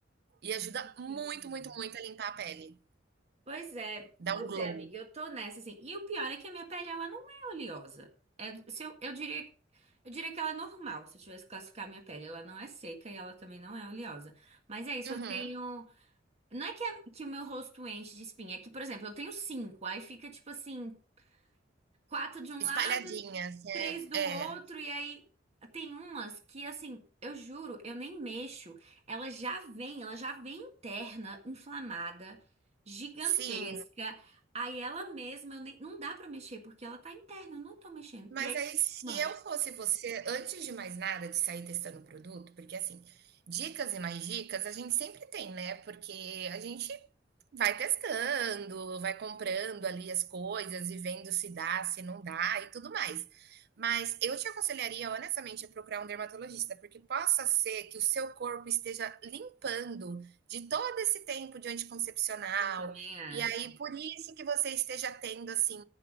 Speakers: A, on the right (about 60°); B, on the right (about 35°).
A: E ajuda
B: que chique
A: muito,
B: mesmo.
A: muito, muito a limpar a pele.
B: Pois é,
A: Dá
B: pois
A: um glow.
B: é, amiga, eu tô nessa assim. E o pior é que a minha pele ela não é oleosa. É, se eu, eu diria, eu diria que ela é normal, se eu tivesse que classificar a minha pele, ela não é seca e ela também não é oleosa. Mas é isso,
A: Uhum.
B: eu tenho, não é que, a- que o meu rosto enche de espinha, é que, por exemplo, eu tenho cinco, aí fica tipo assim, quatro de um
A: Espalhadinhas,
B: lado,
A: né?
B: três do
A: É.
B: outro, e aí tem umas que, assim, eu juro, eu nem mexo. Ela já vem, ela já vem interna, inflamada, gigantesca.
A: Sim.
B: Aí ela mesma, eu nem, não dá pra mexer, porque ela tá interna, eu não tô mexendo.
A: Mas
B: E aí,
A: aí, se
B: mancha.
A: eu fosse você, antes de mais nada, de sair testando o produto, porque assim, dicas e mais dicas a gente sempre tem, né? Porque a gente Vai testando, vai comprando ali as coisas e vendo se dá, se não dá e tudo mais. Mas eu te aconselharia, honestamente, a procurar um dermatologista, porque possa ser que o seu corpo esteja limpando de todo esse tempo de anticoncepcional,
B: Eu também acho.
A: e aí por isso que você esteja tendo, assim,